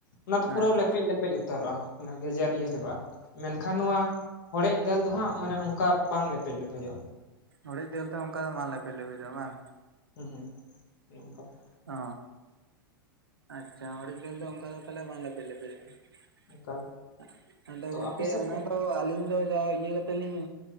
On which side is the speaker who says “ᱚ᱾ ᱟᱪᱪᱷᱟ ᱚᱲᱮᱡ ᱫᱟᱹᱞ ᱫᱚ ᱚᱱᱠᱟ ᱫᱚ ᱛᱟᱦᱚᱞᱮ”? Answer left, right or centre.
Right